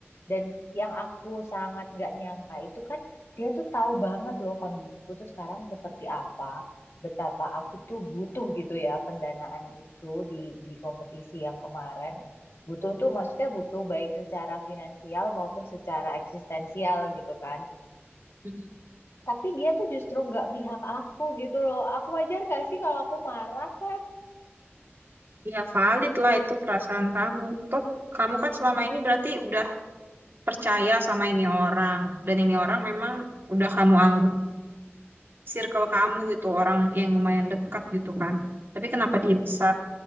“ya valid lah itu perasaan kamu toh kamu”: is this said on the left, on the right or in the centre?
Right